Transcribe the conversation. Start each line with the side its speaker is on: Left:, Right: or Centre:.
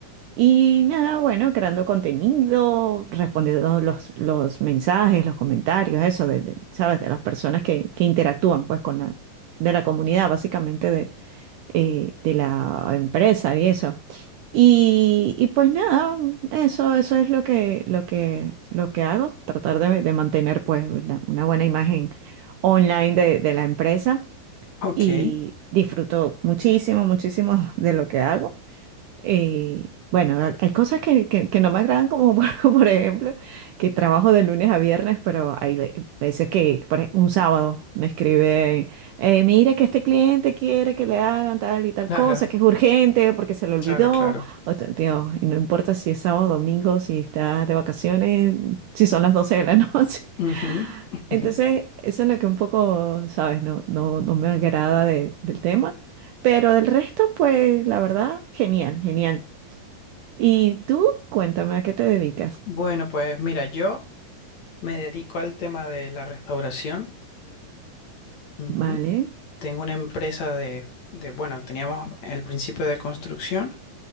Right: Y nada, bueno, creando contenido, respondiendo los, los mensajes, los comentarios, eso, de, de, ¿sabes? De las personas que, que interactúan, pues, con la, de la comunidad, básicamente, de, eh, de la empresa y eso. Y, y pues nada, eso, eso es lo que, lo que, lo que hago, tratar de, de mantener, pues, una, una buena imagen online de, de la empresa
Left: ok.
Right: y disfruto muchísimo, muchísimo de lo que hago. Eh, bueno, ha- hay cosas que, que- que no me agradan, como por, <laughs> por ejemplo, que trabajo de lunes a viernes, pero hay ve- veces que por ej- un sábado me escribe, eh, mira que este cliente quiere que le hagan tal y tal
Left: Claro,
Right: cosa, que es urgente porque se le olvidó.
Left: claro, claro.
Right: O sea, Dios, y no importa si es sábado, domingo, si estás de vacaciones, si son las 12 de la noche. <laughs>
Left: Ujú, <laughs>
Right: Entonces,
Left: ujú.
Right: eso es lo que un poco, ¿sabes? No, no, no me agrada de- del tema. Pero del resto, pues la verdad, genial, genial. Y tú, cuéntame a qué te dedicas.
Left: Bueno, pues mira, yo me dedico al tema de la restauración. Ujú.
Right: Vale,
Left: Tengo una empresa de, de, bueno, teníamos el principio de construcción